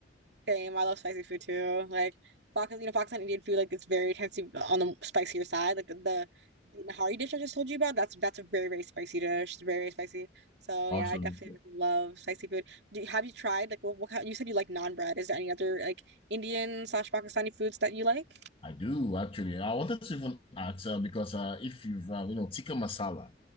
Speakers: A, on the right (about 65°); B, on the left (about 30°).
A: Same. I love spicy food too. Like Pakistan, you know, Pakistan Indian food like it's very tends to be on the spicier side. Like the, the the Nahari dish I just told you about, that's that's a very very spicy dish. It's very very spicy. So
B: Awesome.
A: yeah, I definitely love spicy food. Do you, have you tried like what, what kind, you said you like naan bread? Is there any other like Indian slash Pakistani foods that you like?
B: I do actually. I wanted to even ask uh, because uh, if you've uh, you know tikka masala,